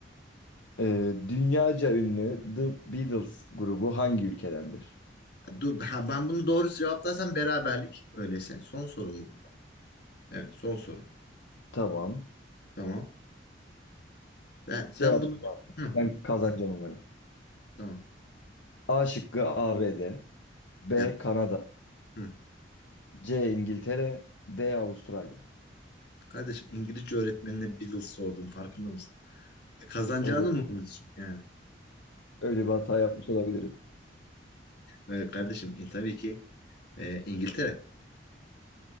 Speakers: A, on the left; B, on the left.
A: e, dünyaca ünlü The Beatles grubu hangi ülkedendir?
B: Dur ha, ben bunu doğru cevaplarsam beraberlik. Öyleyse. Son sorum bu. Evet, son soru.
A: Tamam.
B: Tamam. Ben sen
A: Cevap
B: bunu Hı,
A: ben kazanacağım umarım.
B: tamam.
A: A şıkkı ABD, B D,
B: Ya,
A: B Kanada,
B: hı.
A: C İngiltere, D Avustralya.
B: Kardeşim İngilizce öğretmenine Beatles sordum farkında mısın? E, Kazanacağını
A: Öyle
B: mı umuyorsun yani?
A: öyle bir hata yapmış olabilirim.
B: Ee, kardeşim e, tabii ki e, İngiltere.